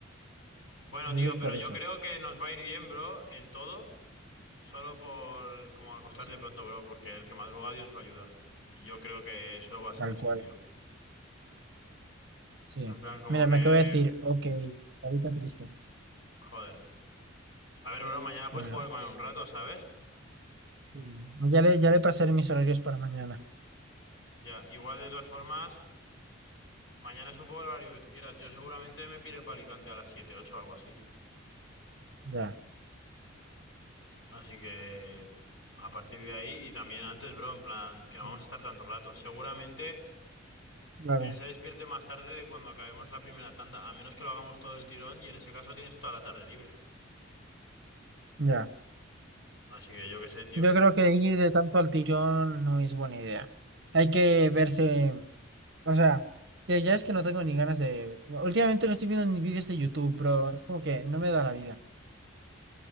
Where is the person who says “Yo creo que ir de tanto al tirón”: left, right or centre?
Right